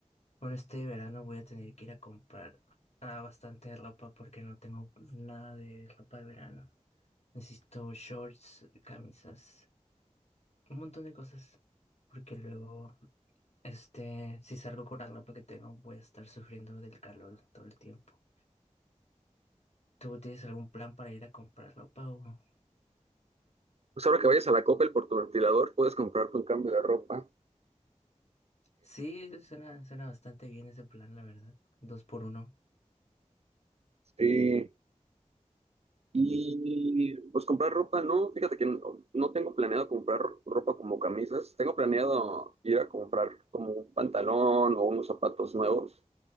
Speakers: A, on the left (about 60°); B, on the right (about 55°).
A: con este verano voy a tener que ir a comprar ah, bastante ropa porque no tengo nada de ropa de verano. Necesito shorts, camisas. un montón de cosas, porque luego, este, si salgo con la ropa que tengo, voy a estar sufriendo del calor todo el tiempo. ¿Tú tienes algún plan para ir a comprar ropa o...?
B: Pues ahora que vayas a la Coppel por tu ventilador, puedes comprarte un cambio de ropa.
A: Sí, eso suena, suena bastante bien ese plan, la verdad. Dos por uno.
B: Este, y pues comprar ropa, no, fíjate que no, no tengo planeado comprar ropa como camisas. Tengo planeado ir a comprar como un pantalón o unos zapatos nuevos.